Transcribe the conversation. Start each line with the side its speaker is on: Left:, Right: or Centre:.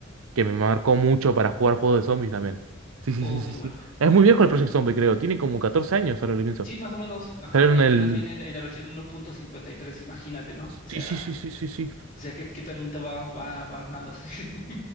Right: que me marcó mucho para jugar juegos de zombies también. Sí, sí,
Left: Oh,
Right: sí, sí,
Left: qué
Right: sí.
Left: bueno.
Right: Es muy viejo el
Left: Y
Right: Project Zombie, creo. Tiene como 14 años, ahora lo pienso.
Left: sí, más o menos, ajá,
Right: Salieron
Left: y apenas
Right: el...
Left: viene en, en la versión uno punto cincuenta y tres imagínate, ¿no? O
Right: Sí,
Left: sea,
Right: sí, sí, sí, sí, sí.
Left: o sea, qué, qué talento va, va, va armándose. <laughs>